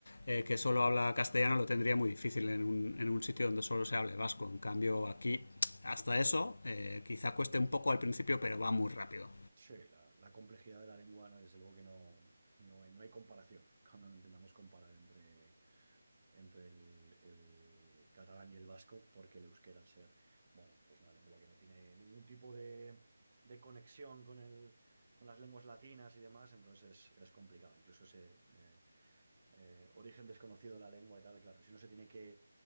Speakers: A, on the left; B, on the right.
A: eh, que solo habla castellano lo tendría muy difícil en un, en un sitio donde solo se hable vasco. En cambio, aquí, hasta eso, eh, quizá cueste un poco al principio, pero va muy rápido.
B: Sí, la, la complejidad de la lengua, no, desde luego que no, no, hay- no hay comparación cuando intentamos comparar entre entre el, el catalán y el vasco, porque el euskera, al ser, bueno, pues una lengua que no tiene ningún tipo de, de conexión con el, con las lenguas latinas y demás, entonces es, es complicado. Incluso se, eh, eh, origen desconocido de la lengua y tal, claro, si uno se tiene que